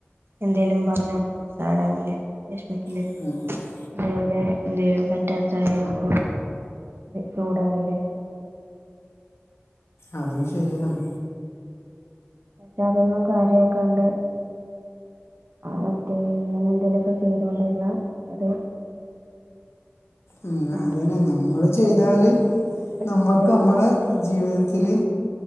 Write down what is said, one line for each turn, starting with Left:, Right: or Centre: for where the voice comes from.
Right: എന്തേലും പറഞ്ഞ സാടാവില്ലേ വെഷ്മിക്കില്ലേ
Left: <unintelligible> <unintelligible> <unintelligible>
Right: <unintelligible> ചൂടാവില്ലേ അങ്ങനെ
Left: അതും ശരിയാണ്
Right: ഇനി അതൊന്നും കാര്യക്കാണ്ട്. മറ്റേ ഇങ്ങനെന്തേലൊക്കെ ചെയ്തോണ്ടിരുന്നാൽ അത്
Left: ഉം
Right: ബാക്കിയുള്ളവർക്ക്
Left: അതുതന്നെ നമ്മൾ ചെയ്താല്
Right: ഇഷ്ട
Left: നമ്മ്ക്ക്
Right: ചെയ്യണ
Left: നമ്മള്
Right: ആൾക്കാർക്ക്
Left: ജീവിതത്തില്